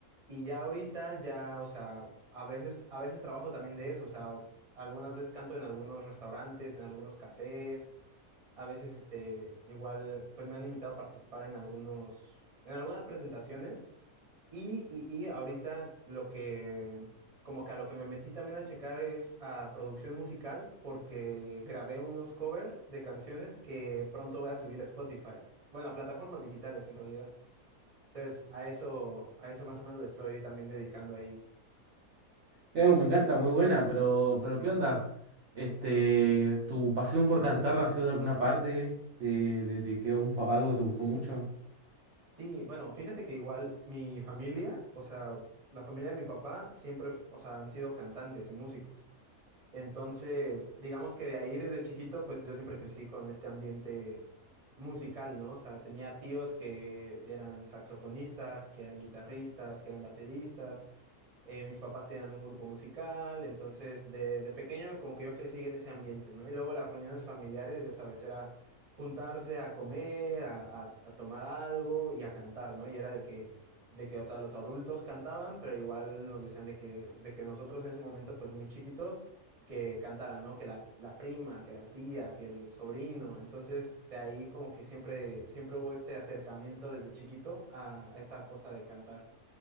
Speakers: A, on the right; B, on the right.
A: Y ya ahorita ya, o sea, a veces, a veces trabajo también de eso, o sea, algunas veces canto en algunos restaurantes, en algunos cafés, a veces este, igual, pues me han invitado a participar en algunos, en algunas presentaciones y, y, y ahorita lo que, como que a lo que me metí también a checar es a producción musical, porque grabé unos covers de canciones que pronto voy a subir a Spotify. Bueno, a plataformas digitales en realidad. Entonces, a eso, a eso más o menos le estoy también dedicando ahí.
B: Eh, me encanta, muy buena, pero, pero ¿qué onda? Este, ¿tu pasión por cantar nació de alguna parte? ¿De, de, de que algún fa- algo que te gustó mucho?
A: Sí, bueno, fíjate que igual mi familia, o sea, la familia de mi papá siempre, f- o sea, han sido cantantes y músicos. Entonces, digamos que de ahí desde chiquito, pues yo siempre crecí con este ambiente musical, ¿no? O sea, tenía tíos que eran saxofonistas, que eran guitarristas, que eran bateristas eh, mis papás tenían un grupo musical, entonces de, de pequeño como que yo crecí en ese ambiente, ¿no? Y luego las reuniones familiares, ya sabes, era juntarse a comer, a, a- a tomar algo y a cantar, ¿no? Y era de que, de que, o sea, los adultos cantaban, pero igual nos decían de que, de que nosotros en ese momento, pues muy chiquitos, que cantaran, ¿no? Que la, la prima, que la tía, que el sobrino. Entonces, de ahí como que siempre, siempre hubo este acercamiento desde chiquito a a esta cosa de cantar.